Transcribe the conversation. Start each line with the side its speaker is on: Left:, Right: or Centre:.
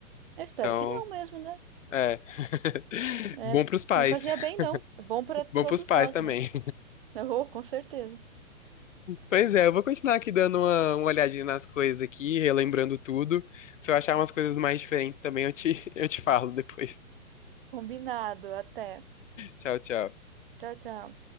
Right: Eu espero
Left: Então,
Right: que não mesmo, né?
Left: é. <laughs>
Right: É,
Left: Bom pros pais.
Right: não fazia bem,
Left: <laughs>
Right: não. É bom para todos
Left: Bom pros pais
Right: nós,
Left: também.
Right: né? <laughs> Oh, com certeza.
Left: Pois é, eu vou continuar aqui dando uma, uma olhadinha nas coisas aqui, relembrando tudo. Se eu achar umas coisas mais diferentes também, eu te, <laughs> eu te falo depois.
Right: Combinado. Até.
Left: Tchau, tchau.
Right: Tchau, tchau.